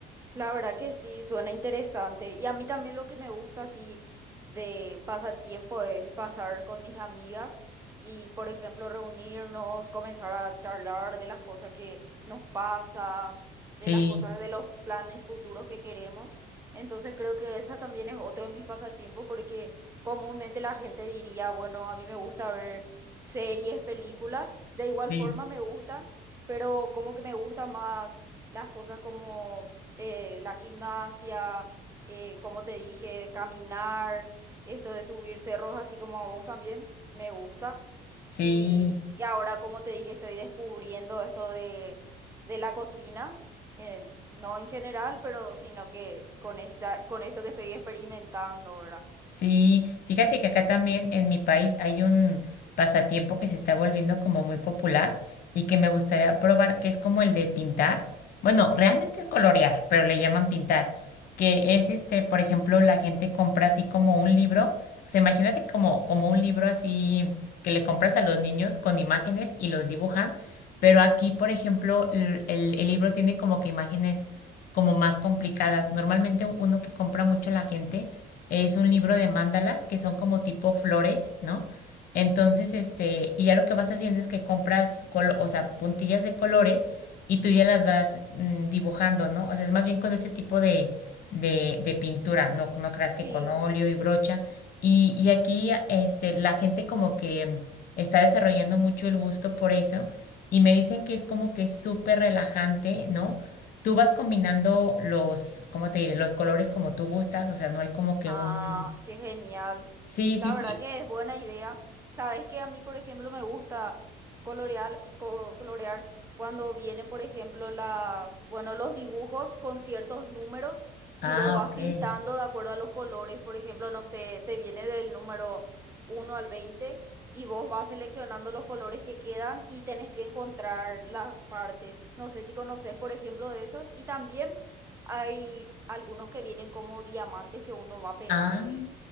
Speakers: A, on the right (about 15°); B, on the left (about 60°).
A: La verdad que sí, suena interesante. Y a mí también lo que me gusta así de pasatiempo es pasar con mis amigas y, por ejemplo, reunirnos, comenzar a charlar de las cosas que nos pasan,
B: Sí,
A: de las cosas, de los planes futuros que queremos. Entonces creo que esa también es otro de mis pasatiempos porque comúnmente la gente diría, bueno, a mí me gusta ver series, películas. De igual
B: sí,
A: forma me gusta, pero como que me gusta más las cosas como eh, la gimnasia, eh, como te dije, de caminar, esto de subir cerros, así como a vos también, me gusta.
B: sí.
A: Y, y ahora, como te dije, estoy descubriendo esto de, de la cocina, eh, no en general, pero sino que con esta, con esto que estoy experimentando, ¿verdad?
B: Sí, fíjate que acá también en mi país hay un pasatiempo que se está volviendo como muy popular y que me gustaría probar, que es como el de pintar. Bueno, realmente es colorear, pero le llaman pintar, que es este, por ejemplo, la gente compra así como un libro, o sea, imagínate como, como un libro así que le compras a los niños con imágenes y los dibujan, pero aquí, por ejemplo, el, el el libro tiene como que imágenes como más complicadas. Normalmente uno que compra mucho la gente es un libro de mandalas que son como tipo flores, ¿no? Entonces, este, y ya lo que vas haciendo es que compras, colo- o sea, puntillas de colores y tú ya las vas mm, dibujando, ¿no? O sea, es más bien con ese tipo de, de, de pintura, no, no creas
A: Sí.
B: que con óleo y brocha. Y, y aquí, a- este, la gente como que mm, está desarrollando mucho el gusto por eso y me dicen que es como que súper relajante, ¿no? Tú vas combinando los, ¿cómo te diré? Los colores como tú gustas, o sea, no hay como que
A: Ah,
B: un...
A: qué genial.
B: Sí,
A: La
B: sí, sí.
A: verdad que es buena idea. Sabes que a mí, por ejemplo, me gusta colorear, co- colorear cuando vienen, por ejemplo, las, bueno, los dibujos con ciertos números y
B: Ah,
A: vos vas
B: ok.
A: pintando de acuerdo a los colores. Por ejemplo, no sé, te viene del número uno al 20 y vos vas seleccionando los colores que quedan y tenés que encontrar las partes. No sé si conoces, por ejemplo, de esos. Y también hay algunos que vienen como diamantes que uno va pegándole.
B: Ah,